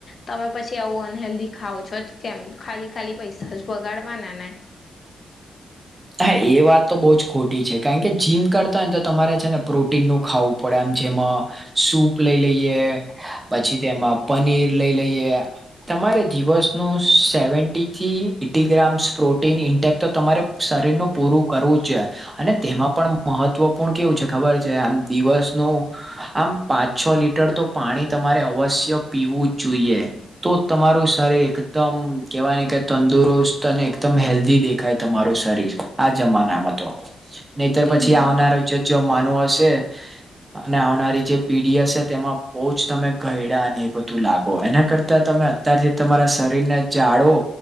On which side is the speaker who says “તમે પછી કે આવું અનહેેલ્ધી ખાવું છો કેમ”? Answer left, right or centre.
Left